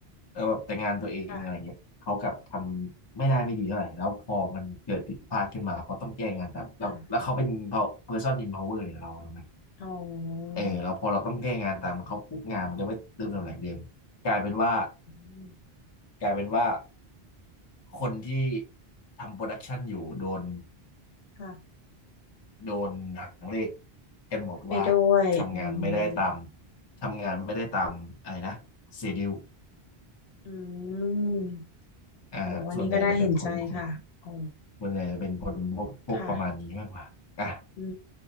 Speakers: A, on the left; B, on the left.
A: เออแบบแต่งานตัวเองอะไรเงี้ยเขากลับทำไม่ได้ไม่ดีเท่าไหร่แล้วพอมันเกิดผิดพลาดขึ้นมาเขาต้องแก้งานแต่แล้วแล้วเขาเป็น
B: ค่ะค่ะ
A: person in power เนี่ยเราถูกไหม
B: อ๋อ
A: เออแล้วพอเราต้องแก้งานตามเขาปุ๊บงานมันก็ไม่เติมตำแหน่งเดิมกลายเป็นว่า
B: อืม
A: กลายเป็นว่าคนที่ทำโปรดักชันอยู่โดน
B: ค่ะ
A: โดนหางเลขกันหมดว่า
B: ไปด้วยอื
A: ทำงานไม่ได้ตาม
B: ม
A: ทำงานไม่ได้ตามอะไรนะเซดิว
B: อืม
A: อ่าฮะส่วนใหญ่จะเป็นคนคน
B: โอ้อันนี้ก็ได้เห็นใจค่ะโอ้
A: ส่วนใหญ่จะเป็นคนพวกพวกประมาณนี้มากกว่าอ่ะ
B: ค่ะอื